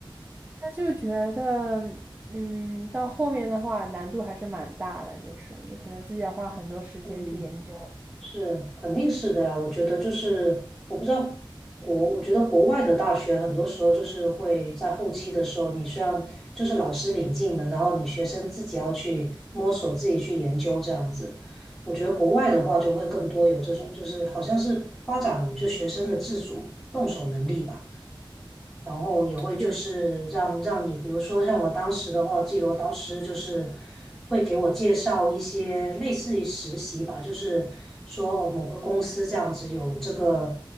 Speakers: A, on the right; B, in the centre.
A: 他就觉得，嗯，到后面的话难度还是蛮大的，就是你可能自己要花很多时间去研究。
B: 嗯。是，肯定是的呀。我觉得就是，我不知道国，我觉得国外的大学很多时候就是会在后期的时候，你虽然就是老师领进门，然后你学生自己要去摸索、自己去研究这样子。我觉得国外的话就会更多有这种，就是好像是发展就学生的自主动手能力吧。然后也会就是让让你，
A: 对，
B: 比如说像我当时的话，记得我导师就是会给我介绍一些类似于实习吧，就是说哦某个公司这样子有这个